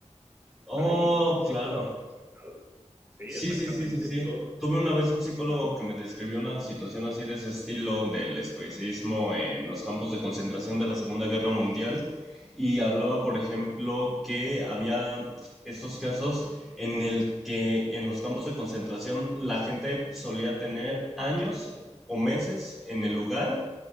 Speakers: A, in the centre; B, on the right.
A: Oh,
B: Ahí sí
A: claro.
B: pudo haber estado. Sí,
A: Sí,
B: exactamente.
A: sí, sí, sí, sí.
B: Todo
A: Tuve una vez un psicólogo
B: lo...
A: que me describió una situación así de ese estilo del estoicismo en los campos de concentración de la Segunda Guerra Mundial y hablaba, por ejemplo, que había estos casos en el que en los campos de concentración la gente solía tener años o meses en el lugar